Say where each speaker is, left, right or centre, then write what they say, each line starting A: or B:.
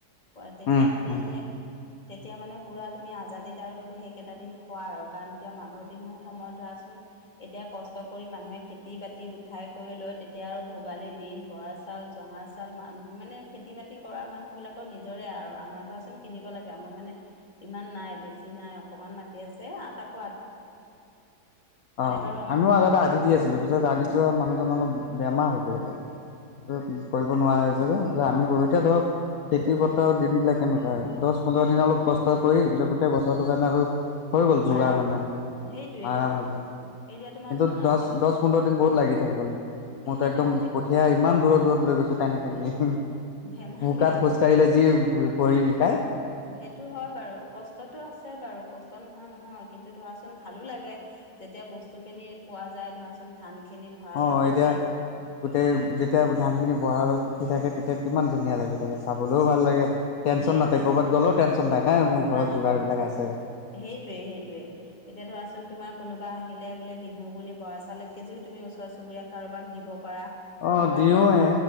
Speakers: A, on the left; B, on the left.
A: পোৱা তেতিয়া
B: উম
A: মানে
B: উম
A: একে তেতিয়া মানে পুৰা তুমি আজাদিত আৰু সেইকেইটা দিন খোৱা আৰু কাৰণ কিয় মাঘৰ বিহু সময়ত ধৰাচোন এতিয়া কষ্ট কৰি মানুহে খেতি- বাতি উঠাই কৰি লয় তেতিয়া আৰু ভোগালীৰ দিন বৰাচ চাউল জহা চাউল মান -মানে খেতি বাতি কৰা মানুহবিলাকৰ নিজৰে আৰু আমাৰ ধৰাচোন কিনিব লাগে আমাৰ মানে ইমান নাই বেছি নাই অকণমান মাতি আছে আ তাক
B: অ,
A: বাৰু আমাৰ
B: আমিও আগতে আদি দি আছিলোঁ পিছত আদি জ মানুহজন অলপ বেমাৰ হৈ পৰিলে <unintelligible> কৰিব নোৱাৰা হৈছে যে অ, আমি কৰো এতিয়া ধৰক খেতি পথাৰৰ দিনবিলাক কেনেকুৱা হয় দছ পোন্ধৰ দিন অলপ কষ্ট কৰি পিছত গোটেই বছৰটোৰ কাৰণে আৰু হৈ গ'ল যোগাৰ
A: আৰাম
B: মানে
A: সেইটোৱেইটো
B: আৰাম হৈ গল।
A: এতিয়া তোমাৰচোন
B: কিন্তু দছ-
A: আজি
B: দছ পোন্ধৰ দিন বহুত লাগি থাকিব লাগে মইতো
A: সেইটোৱে
B: একদম
A: আজি
B: সেয়া ইমান দূৰত -দূৰত লৈ গৈছো টানি -টানি
A: ধেমালি
B: বোকাত খোজ কাৰিলে যি ভৰি বিষায়
A: সেইটো হয় বাৰু কষ্টটো আছে বাৰু কষ্ট নোহোৱা নহয় কিন্তু ধৰাচোন ভালো লাগে যেতিয়া বস্তুখিনি পোৱা যায় ধৰাচোন ধানখিনি ভঁৰালত
B: অ,
A: দেখি
B: এতিয়া গোটেই যেতিয়া ধানখিনি ভঁৰালত উঠি থাকে তেতিয়া কিমান ধুনীয়া লাগে তাকে চাবলৈও ভাল লাগে তেঞ্চন
A: সেইটোৱেইটো
B: নাথাকে কবাত গ'লেও টেনচন নাই-নাই মোৰ ঘৰত
A: নাই
B: যোগাৰ বিলাক আছে।
A: সেইটোৱে সেইটোৱে এতিয়া ধৰাচোন তোমাৰ কোনোবা আহিলে বোলে বিহু বুলি বৰা চাউল এক কেজিও তুমি ওচৰ চুবুৰীয়াক কাৰোবাক দিব পাৰা।
B: অ
A: তোমাৰ
B: দিওঁৱে
A: নিজ